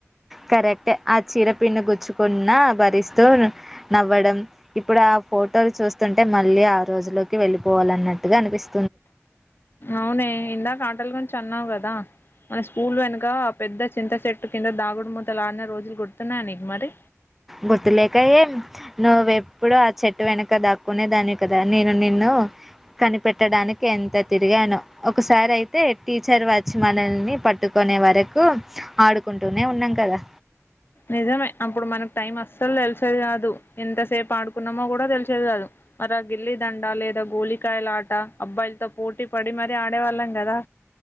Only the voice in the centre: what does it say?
కరెక్ట్ ఏ ఆ చీర పిన్ను గుచ్చుకున్నా భరిస్తూ నవ్వడం ఇప్పుడు ఆ ఫోటోలు చూస్తుంటే మళ్ళీ ఆ రోజులోకి వెళ్ళిపోవాలన్నట్టుగా అనిపిస్
గుర్తులేకయేం నువ్వ ఎప్పుడు ఆ చెట్టు వెనక దాక్కునేదానివి కదా నేను నిన్ను కనిపెట్టడానికి ఎంత తిరిగాను ఒకసారి అయితే టీచర్ వచ్చి మనల్ని పట్టుకునే వరకు ఆడుకుంటూనే ఉన్నాం కదా